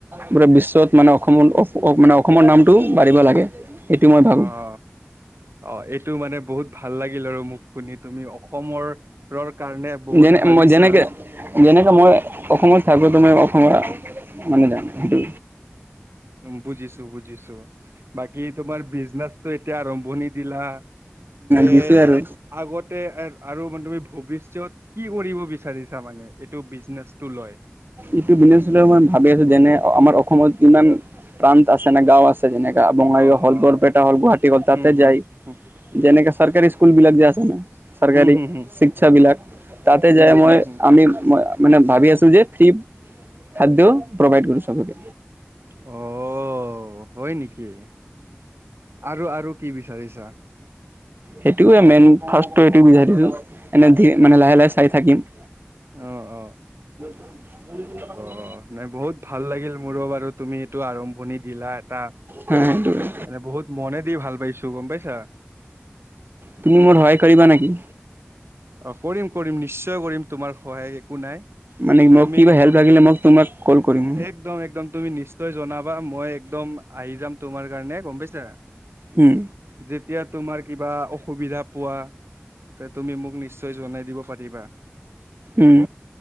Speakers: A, on the right (about 60°); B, on the right (about 85°).
A: পোৰা বিশ্বত মানে অসমৰ মানে অসমৰ নামটো বাঢ়িব লাগে এইটোও মই ভাবোঁ।
B: অ। অ এইটো মানে বহুত ভাল লাগিল আৰু মোক শুনি তুমি অসমৰৰ কাৰণে বহুত।
A: যেনে
B: ভাবিছা
A: মই যেনেকে যেনেকে মই অসমত থাকোটো মই অসমৰ। মানে যান সেইটো।
B: উ বুজিছোঁ বুজিছোঁ বাকী তোমাৰ বিজনেচটো এতিয়া আৰম্ভণি দিলা। <unintelligible> তে
A: দিছোৱে আৰু
B: আগতে আৰু মানে তুমি ভৱিষ্যত কি কৰিব বিচাৰিছা মানে? এইটো বিজনেচটো লয়।
A: ইটো বিজনেছ মই ভাবি আছোঁ যেনে আমাৰ অসমত কিমান প্ৰান্ত আছে নে গাওঁ আছে। যেনেকা বঙাই
B: অ
A: গাওঁ হ'ল
B: অ
A: বৰপেটা হ'ল গুৱাহাটী হ'ল তাতে
B: হুম হুম
A: যায়
B: হুম
A: যেনেকা। চৰকাৰী স্কুল বিলাক যে আছে ন। চৰকাৰী
B: হুম হুম হুম
A: শিক্ষা বিলাক তাতে
B: হুম
A: যায় মই
B: হুম হুম।
A: আমি মানে ভাবি আছোঁ যে। ফ্ৰী খাদ্য প্ৰভাইড কৰোঁ চবকে।
B: অ', হয় নেকি? আৰু আৰু কি বিচাৰিছা?
A: সেইটোৱে মেইন ফাৰ্ষ্টটো এইটো বিচাৰিছোঁ এনে মানে লাহে লাহে চাই থাকিম।
B: আহ অ।
A: উ <unintelligible>
B: অ নাই বহুত ভাল লাগিল মোৰো বাৰু তুমি এইটো আৰম্ভণি দিলা এটা।
A: হা সেইটোৱে
B: এনে বহুত মনে দি ভাল পাইছোঁ গম পাইছা।
A: তুমি মোৰ সহায় কৰিবা নেকি?
B: অ কৰিম কৰিম নিশ্চয় কৰিম তোমাৰ। সহায় একো‌ নাই
A: মানে মোক
B: তুমি
A: কিবা হেল্প
B: তোম
A: লাগিলে মোক তোমাক কল কৰিম
B: একদম একদম তুমি নিচি। জনাবা মই একদম আহি যাম তোমাৰ কাৰণে গম পাইছা।
A: উম
B: যেতিয়া তোমাৰ কিবা অসুবিধা পোৱা তুমি মোক নিশ্চয়। নিশ্চয় জনাই দিব পাৰিবা
A: উম